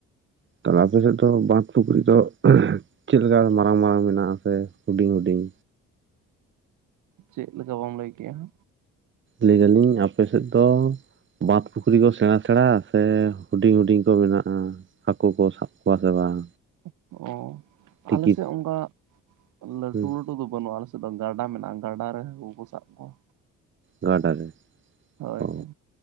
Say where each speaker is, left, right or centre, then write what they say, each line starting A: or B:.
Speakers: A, on the right (about 40°); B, on the right (about 85°).
A: <unintelligible> ᱟᱯᱮᱥᱮᱫᱫᱚ ᱵᱟᱸᱫ ᱯᱩᱠᱷᱨᱤ ᱫᱚ ᱪᱮᱜ ᱞᱮᱠᱟ ᱢᱟᱨᱟᱝ ᱢᱟᱨᱟᱝ ᱢᱮᱱᱟᱜᱥᱮ ᱦᱩᱰᱤᱝ ᱦᱩᱰᱤᱝ?
B: ᱪᱮᱜ ᱞᱮᱠᱟ ᱵᱟᱢ ᱞᱟᱹᱭ ᱠᱮᱜᱼᱟ᱾
A: ᱞᱟᱹᱭᱮᱼᱟᱹᱞᱤᱧ ᱟᱯᱮ ᱥᱮᱜ ᱫᱚ ᱵᱟᱸᱫᱽ ᱯᱩᱠᱷᱨᱤ ᱠᱚ ᱥᱮᱬᱟ ᱥᱮᱬᱟ ᱥᱮ ᱦᱩᱰᱤᱧ ᱦᱩᱰᱤᱧ ᱠᱚ ᱢᱮᱱᱟᱜᱼᱟ? ᱦᱟᱹᱠᱩ ᱠᱚ ᱥᱟᱵ ᱠᱚᱣᱟ ᱥᱮ ᱵᱟᱝ?
B: <unintelligible>
A: ᱴᱤᱠᱤ
B: ᱟᱞᱮᱥᱮᱜ ᱚᱱᱠᱟ ᱞᱟᱹᱴᱩ
A: ᱦᱩᱸ
B: <unintelligible> <unintelligible> ᱵᱟᱹᱱᱩᱜᱼᱟ ᱟᱞᱮᱥᱮᱫ ᱫᱚ ᱜᱟᱰᱟ ᱢᱮᱱᱟᱜᱼᱟ ᱜᱟᱰᱟ ᱨᱮ ᱦᱟᱹᱠᱩ ᱠᱚ ᱥᱟᱵ ᱠᱚᱣᱟ᱾
A: ᱜᱟᱰᱟ ᱨᱮ
B: ᱦᱳᱭ
A: ᱚᱻ
B: ᱦᱳᱭ